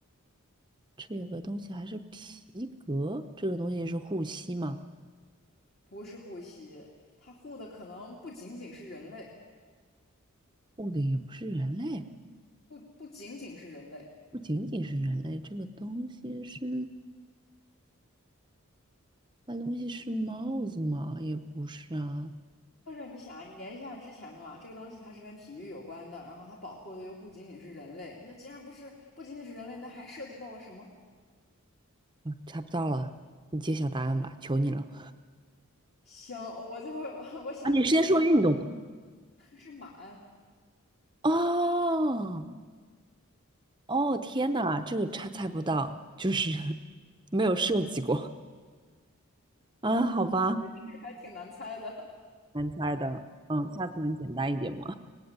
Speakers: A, on the right (about 20°); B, on the left (about 45°).
A: 这个东西还是皮革？这个东西是护膝吗？
B: 不是护膝，它护的可能不仅仅是人类。
A: 护的也不是人类，
B: 不不仅仅是人类，
A: 不仅仅是人类，这个东西是……那东西是帽子吗？也不是啊，
B: 或者你想啊，你联系一下之前的嘛，这个东西它是跟体育有关的，然后它保护的又不仅仅是人类，那既然不是不仅仅是人类，那还涉及到了什么？
A: 啊猜不到了，你揭晓答案吧，求你了。
B: 行，我最后 <laughs> 我想这个东西是
A: 啊，你先说运动吧。
B: 是马鞍，
A: 哦，哦，天呐，这个猜猜不到，就是 <laughs> 没有设计过 <laughs> 啊，好吧，
B: 这还挺难猜的。
A: 难猜的，嗯，下次能简单一点吗？